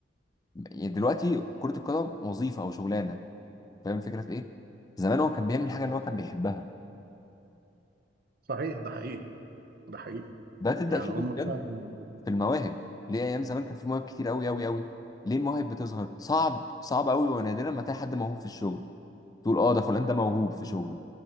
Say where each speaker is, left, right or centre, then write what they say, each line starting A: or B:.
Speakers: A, on the left (about 20°); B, on the right (about 55°).
A: يعني دلوقتي كرة القدم وظيفة أو شغلانة فاهم الفكرة في إيه؟ زمان هو كان بيعمل الحاجة اللي هو كان بيحبها
B: صحيح ده حقيقي ده حقيقي
A: ده تبدأ
B: يعني
A: تشوفه
B: هم
A: بجد
B: فعلا
A: في المواهب ليه ايام زمان كان في مواهب كتير قوي قوي قوي ليه المواهب بتظهر صعب صعب قوي ونادرا ما تلاقي حد موهوب في الشغل تقول اه ده فلان ده موهوب في شغله